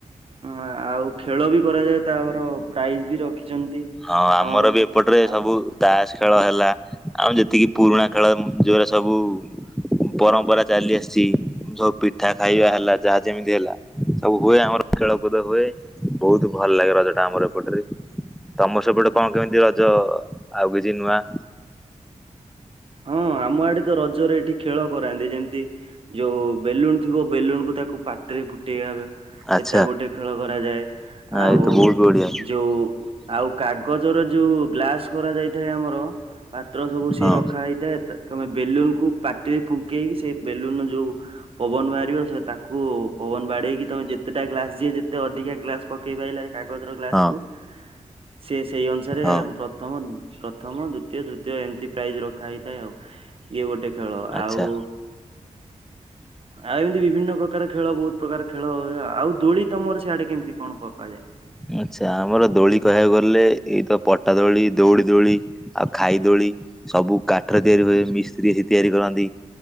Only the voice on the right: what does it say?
ଅଁ ଆଉ ଖେଳ ବି କରାଯାଏ ତାପର ପ୍ରାଇଜ୍ ବି ରଖ ରଖିଚନ୍ତି
ଆମର
ଆଉ
ହଁ।
ହଁ ଆମ ଆଡେ ତ ରଜରେ ଏଠି ଖେଳ କରାନ୍ତି ଯେମିତି ଯୋଉ ବେଲୁନ ଥିବ ବେଲୁନ କୁ ତାକୁ ପା ଟିରେ ଫୁଟେଇ
ସେଟା ଗୋଟେ ଖେଳ କରାଯାଏ ଆଉ
ଯଉ ଆଉ କାଗଜରେ ଯୋଉ ଗ୍ଲାସ କରାଯାଇଥାଏ ଆମର ପାତ୍ର ସବୁ ସିଏ
ରଖ ରଖା ହେଇଥାଏ ତ ତମେ ବେଲୁନ କୁ ପାଟିରେ ଫୁଙ୍କିଇକି ସେ ବେଲୁନ ଯୋଉ ପବନ ବାହାରିବ ସେ ତାକୁ ପବନ ବାଡେଇକି ତମେ ଯେତେଟା ଗ୍ଲାସ ଯିଏ ଯେତେ ଅଧିକା ଗ୍ଲାସ ପକେଇ ପାଇଲା କାଗଜର ଗ୍ଲାସକୁୁ
ସେ ସେଇ ଅନୁସାରେ
ପ୍ର ପ୍ରଥମ ପ୍ରଥମ, ଦ୍ଵିତୀୟ, ତୃତୀୟ ଏମିତି ପ୍ରାଇଜ ରଖା ହେଇଥାଏ ଆଉ। ଇଏ ଗୋଟେ ଖେଳ,
ଆଉ ଆଉ ଏମିତି ବିଭିନ୍ନ ପ୍ରକାର ଖେଳ ବହୁତ ପ୍ରକାର ଖେଳ, ଆଉ ଦୋଳି ତମର ସେଆଡେ କେମିତି କଣ ପକାଯାଏ?